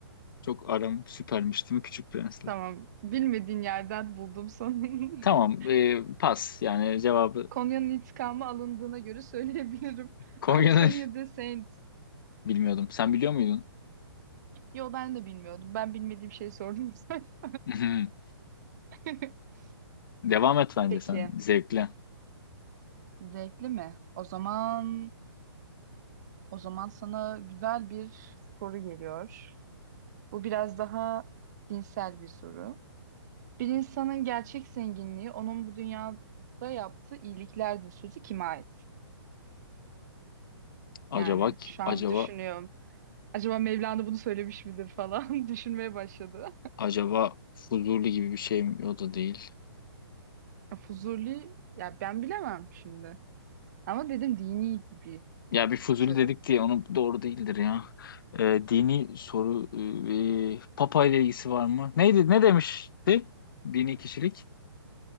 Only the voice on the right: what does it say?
Tamam. Bilmediğin yerden buldum sonunda.
<laughs> Konya'nın intikamı alındığına göre söyleyebilirim. <laughs>
Antonio de Saint.
Yo ben de bilmiyordum. Ben bilmediğim şey sordum zaten.
<laughs>
Peki.
Zevkli mi? O zaman o zaman sana güzel bir soru geliyor. Bu biraz daha dinsel bir soru. Bir insanın gerçek zenginliği onun bu dünyada yaptığı iyiliklerdir sözü kime ait? Yani
şu an
düşünüyorum. Acaba Mevlana bunu söylemiş midir falan <laughs> düşünmeye başladı.
Fuzuli ya ben bilemem şimdi. Ama dedim dini bir
soru.